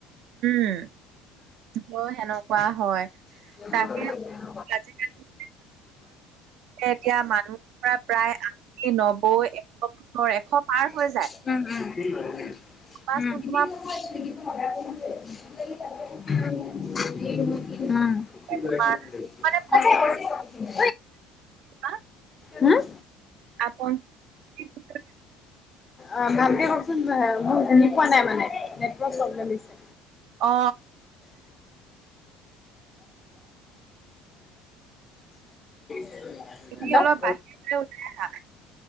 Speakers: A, on the right; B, on the left.
A: উম অ' সেনেকুৱা হয়।
B: <unintelligible>
A: তাকে আজিকালি এতিয়া মানুহৰ পৰা প্ৰায় আশী নব্বৈ এশ বছৰ এশ পাৰ হৈ
B: উম,
A: যায় ভাবাচোন
B: উম।
A: তোমাৰ
B: উম। উম।
A: তোমাৰ মানে হ।
B: হম।
A: আপন <unintelligible>
B: অ' ভালকে কওকচোন মই শুনি পোৱা নাই মানে নেটৱৰ্ক প্ৰব্লেম দিছে।
A: অ
B: হেল্ল'
A: তুমি অলপ
B: অ'
A: বাহিৰলৈ ওলাই আহা